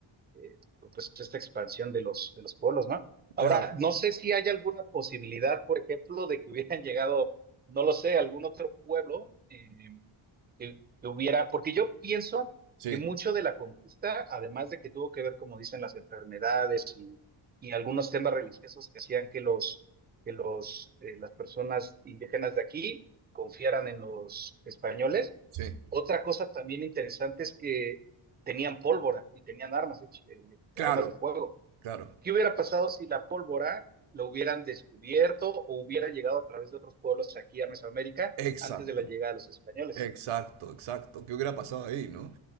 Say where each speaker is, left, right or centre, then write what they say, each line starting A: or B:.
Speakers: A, on the right; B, on the right.
A: eh, pues esta expansión de los, de los polos, ¿no?
B: claro,
A: Ahora, no sé si hay alguna posibilidad, por ejemplo, de que hubieran <laughs> llegado, no lo sé, algún otro pueblo eh, que, que hubiera, porque yo pienso
B: sí,
A: que mucho de la conquista, además de que tuvo que ver, como dicen, las enfermedades y, y algunos temas religiosos que hacían que los que los eh, las personas indígenas de aquí confiaran en los españoles,
B: sí,
A: otra cosa también interesante es que tenían pólvora y tenían armas, eh, eh,
B: claro,
A: armas de fuego.
B: claro,
A: ¿Qué hubiera pasado si la pólvora lo hubieran descubierto o hubiera llegado a través de otros pueblos aquí a Mesoamérica
B: exacto.
A: antes de la llegada de los españoles?
B: Exacto, exacto. ¿Qué hubiera pasado ahí, no?